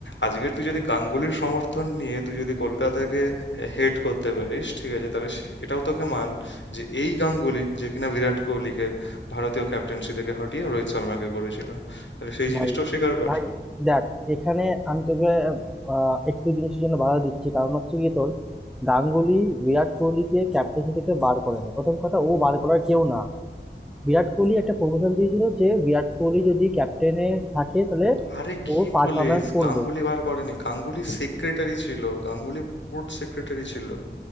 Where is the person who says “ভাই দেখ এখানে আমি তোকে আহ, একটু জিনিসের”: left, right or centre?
Centre